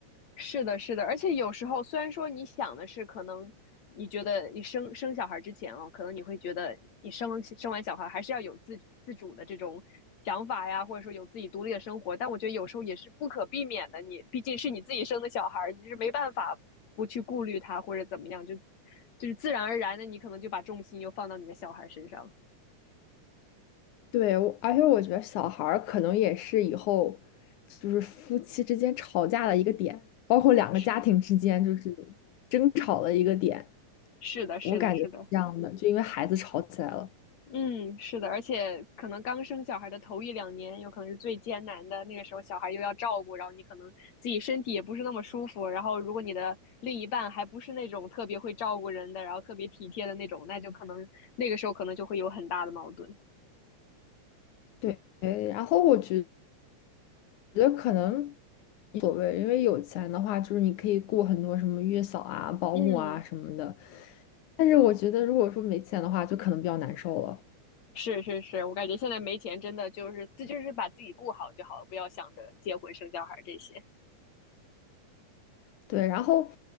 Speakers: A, on the left (about 60°); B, on the left (about 80°).
A: 是的，是的，而且有时候虽然说你想的是，可能你觉得你生生小孩之前哦，可能你会觉得你生生完小孩还是要有自自主的这种想法呀，或者说有自己独立的生活，但我觉得有时候也是不可避免的，你毕竟是你自己生的小孩，你是没办法不去顾虑他或者怎么样，就就是自然而然的，你可能就把重心又放到你的小孩身上。
B: 对，我而且我觉得小孩儿可能也是以后就是夫妻之间吵架的一个点，包括两个家庭之间就是
A: 是
B: 争吵的一个点，
A: 是的，是的，
B: 我感觉是这样的，
A: 是的，
B: 就因为孩子吵起来了。
A: 嗯，是的，而且可能刚生小孩的头一两年，有可能是最艰难的。那个时候，小孩又要照顾，然后你可能自己身体也不是那么舒服。然后，如果你的另一半还不是那种特别会照顾人的，然后特别体贴的那种，那就可能那个时候可能就会有很大的矛盾。
B: 对，然后我觉得可能无所谓，因为有钱的话，就是你可以雇很多什么月嫂啊、保姆啊什么的，
A: 嗯，
B: 但是我觉得如果说没钱的话，就可能比较难受了。
A: 是是是，我感觉现在没钱真的就是这就是把自己顾好就好了，不要想着结婚生小孩这些，
B: 对，然后，